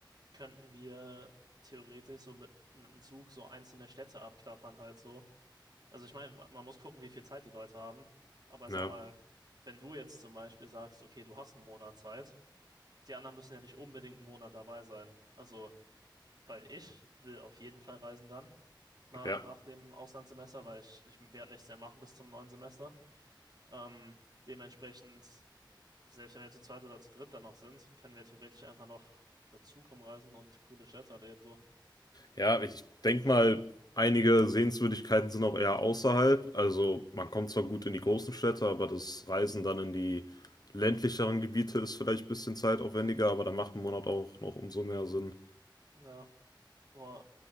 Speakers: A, on the right; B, on the left.
A: könnten wir theoretisch so mit einem Zug so einzelne Städte abklappern halt so. Also ich meine, man muss gucken, wie viel Zeit die Leute haben, aber ich
B: ja,
A: sag mal, wenn du jetzt zum Beispiel sagst, okay, du hast einen Monat Zeit, die anderen müssen ja nicht unbedingt einen Monat dabei sein. Also, weil ich will auf jeden Fall reisen dann, na,
B: ja.
A: nach dem Auslandssemester, weil ich, ich werde nichts mehr machen bis zum neuen Semester. Ähm, dementsprechend, selbst wenn wir zu zweit oder zu dritt dann noch sind, können wir theoretisch einfach noch mit Zug rumreisen und coole Städte erleben, so.
B: Ja, ich denke mal, einige Sehenswürdigkeiten sind auch eher außerhalb. Also man kommt zwar gut in die großen Städte, aber das Reisen dann in die ländlicheren Gebiete ist vielleicht ein bisschen zeitaufwendiger, aber da macht ein Monat auch noch umso mehr Sinn.
A: Ja, boah,